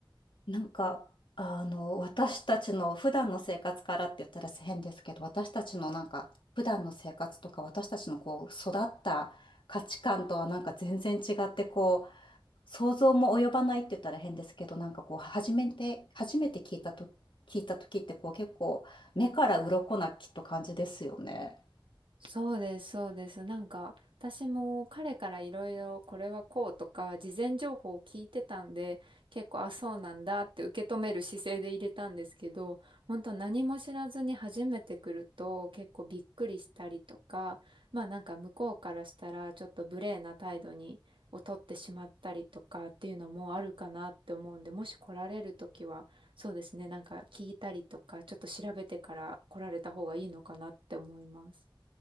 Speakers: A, on the left (about 70°); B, on the right (about 80°).
A: なんか、あの、私たちの普段の生活からって言ったら変ですけど、私たちのなんか、普段の生活とか、私たちのこう、育った価値観とはなんか全然違って、こう、想像も及ばないって言ったら変ですけど、なんかこう、初めて、初めて聞いたと、聞いた時ってこう、結構、目から鱗なきっと感じですよね。
B: そうです、そうです。なんか、私も彼からいろいろこれはこうとか、事前情報を聞いてたんで、結構、あ、そうなんだって受け止める姿勢で入れたんですけど、本当何も知らずに初めて来ると結構びっくりしたりとか、まあなんか向こうからしたらちょっと無礼な態度に、を取ってしまったりとかっていうのもあるかなって思うんで、もし来られるときは、そうですね、なんか聞いたりとか、ちょっと調べてから来られた方がいいのかなって思います。